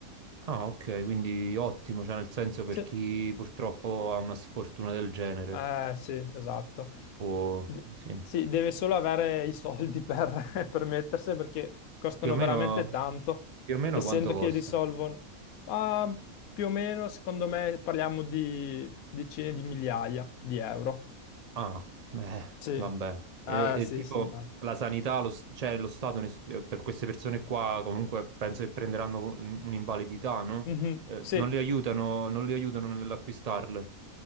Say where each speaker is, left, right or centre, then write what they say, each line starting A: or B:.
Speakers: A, on the right; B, on the left.
A: Ah, ok, quindi ottimo, cioè nel senso per
B: Sì.
A: chi purtroppo ha una sfortuna del genere
B: Eh sì, esatto.
A: può,
B: De-
A: sì.
B: sì, deve solo avere i soldi per <laughs> permettersi perché costano
A: Più o meno,
B: veramente tanto,
A: più o meno
B: essendo
A: quanto costa?
B: che risolvono, ah, più o meno, secondo me, parliamo di decine di migliaia di euro.
A: Ah, eh,
B: Sì,
A: vabbè. E,
B: ah,
A: le- e
B: sì,
A: tipo
B: sono tanti.
A: la sanità, lo, s- cioè lo Stato ne- eh, per queste persone qua comunque penso che prenderanno co- un'invalidità, no?
B: Mhm,
A: Eh,
B: Sì,
A: non le aiutano, non le aiutano nell'acquistarle.